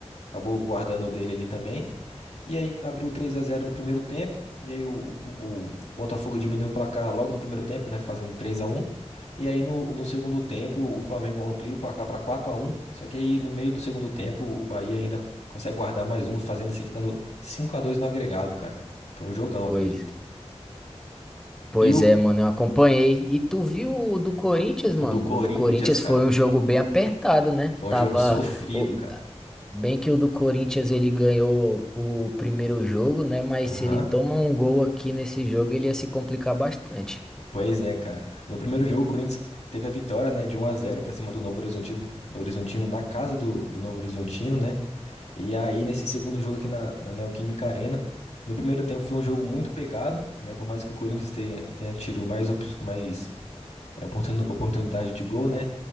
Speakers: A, on the left (about 85°); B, in the centre.
A: Acabou guardando o dele ali também. E aí abriu 3 a zero no primeiro tempo. E aí o, o, o Botafogo diminuiu o placar logo no primeiro tempo, né? Fazendo 3 a um. E aí no, no segundo tempo o Flamengo amplia o placar para 4 a um. Só que aí no meio do segundo tempo o Bahia ainda consegue guardar mais um, fazendo assim, ficando 5 a 2 no agregado, cara. Foi um jogão, acredito.
B: pois, pois
A: E o,
B: é, mano, eu acompanhei. E tu viu o do Corinthians, mano?
A: o do Corinthians,
B: O do Corinthians
A: cara.
B: foi um jogo bem apertado, né?
A: Foi
B: Tava.
A: um jogo sofrido,
B: o-
A: cara.
B: Bem que o do Corinthians ele ganhou o primeiro jogo, né? Mas
A: Aham.
B: se ele toma um gol aqui nesse jogo, ele ia se complicar bastante.
A: Pois é, cara. No primeiro jogo o Corinthians teve a vitória, né, de um a zero para cima do Novo Horizontino, Horizontino na casa do, do Novo Horizontino, né? E aí, nesse segundo jogo aqui na, na Neoquímica Arena, no primeiro tempo foi um jogo muito pegado, né? Por mais que o Corinthians tenha, tenha tido mais, op- mais é, oportun- oportunidade de gol, né?